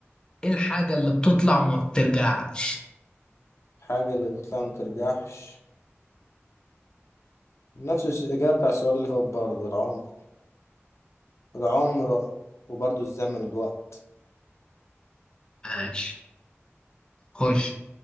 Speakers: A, on the left; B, on the left.
A: إيه الحاجة اللي بتطلع وما بترجعش؟
B: الحاجة اللي بتطلع ما ترجعش نفس الس- الإجابة بتاع السؤال اللي فات برضه العمر العمر وبرضه الزمن الوقت
A: ماشي خش